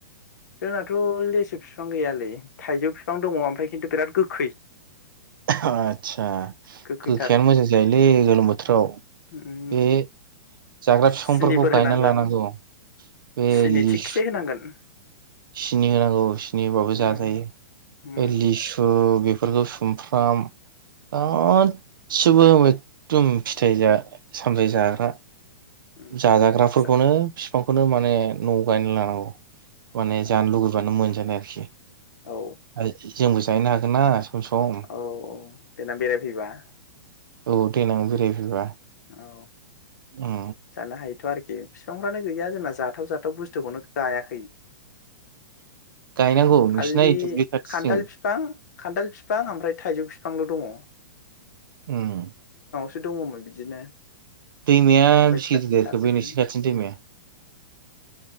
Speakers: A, on the left (about 55°); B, on the right (about 85°).
A: जोंनाथ' लेसु बिफां गैयालै थाइजौ बिफां दङ ओमफ्राय खिन्थु बिराद गोखै।
B: <unintelligible> आदसा
A: गोखैथार
B: गोखैयानो मोजां जायोलै गोलोम बोथोराव
A: उम
B: बे जाग्रा बिफांफोरखौ
A: सिनिफोर
B: गायना
A: होनांगोन
B: लानांगौ बे
A: सिनि
B: लिसु
A: थिगसे <unintelligible>
B: सिनि होनांगौ सिनि होबाबो
A: उम
B: जा थायो
A: उम
B: लिसु बि फोरखौ सुमफ्राम गासिबो एखदम फिथाइ सामथाइ जाग्रा
A: उम
B: जाजाग्राफोरखौनो
A: जा
B: बिफांखौनो माने न'आव गायना लानांगौ। माने जानो
A: उम,
B: लुगैबानो मोनजानाय आरोखि
A: औ
B: आरोखि। जोंबो जाहैनो हागोन ना? सम सम
A: औ औ देन बेराय फैबा
B: औ देेनां बेरायफैबा
A: औ
B: उम
A: जानो हायोथ' आरो ए बिफांफ्रानो गैया जोंना जाथाव जाथाव बुस्थुखौनो गायाखै।
B: गायनांगौ
A: उम
B: नोंसिना
A: खालि
B: दुब्लि खाथिजों
A: खान्थाल फिफां खान्थाल फि बिफां ओमफ्राय थाइजौ बिफांल' दङ
B: उम
A: <unintelligible> दङमोन। बिदिनो
B: दैमाया
A: ओमफ्राय
B: बेसे गिदिर देरखो
A: दानफैजोबबाय
B: बै नोंसिनि खाथिनि दैमाया